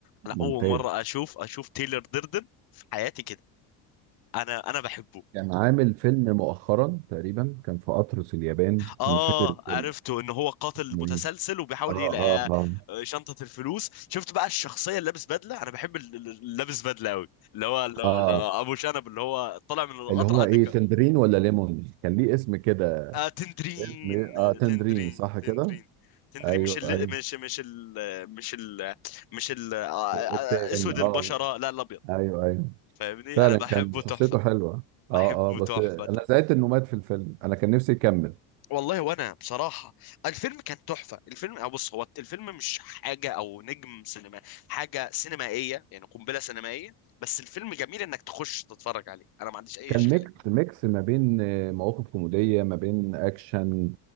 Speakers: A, on the left (about 45°); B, on the right (about 75°).
A: انا
B: ممتاز
A: اول مرة اشوف اشوف تايلر ديردن في حياتي كده انا انا بحبه
B: كان عامل فيلم مؤخرا تقريبا كان في قطر اليابان
A: اه
B: انا مش فاكر الفيلم
A: عرفته ان هو قاتل
B: اسمه
A: متسلسل
B: ايه
A: وبيحاول
B: اه
A: يلاقي
B: اه اه
A: آه، شنطة الفلوس شفت بقى الشخصية اللي لابس بدلة انا بحب ال- ال- اللي لابس بدلة قوي اللي هو اللي هو-
B: اه
A: اللي هو ابو شنب اللي هو طالع من القطر
B: اللي هو
A: عندك
B: ايه تندرين ولا ليمون كان ليه اسم كده
A: آه تندرين
B: اسم إيه؟ اه تندرين
A: تندرين
B: صح كده
A: تندرين تندرين
B: ايوه
A: مش ال...
B: ايوه
A: مش مش ال... مش ال... مش ال... آه، آه،
B: التاني
A: آه، اسود
B: اه
A: البشرة لا الابيض
B: ايوه ايوه
A: فاهمني
B: فعلا
A: انا بحبه
B: كان شخصيته
A: تحفة
B: حلوه
A: بحبه
B: اه اه بس
A: تحفة
B: انا زعلت انه مات في الفيلم انا كان نفسي يكمل
A: والله وانا بصراحه الفيلم كان تحفه الفيلم أو بص هو الفيلم مش حاجه او نجم سينما حاجه سينمائيه يعني قنبله سينمائيه بس الفيلم جميل انك تخش تتفرج عليه انا ما عنديش اي
B: كان
A: اشكاليه
B: ميكس ميكس ما بين آه، مواقف كوميدية ما بين أكشن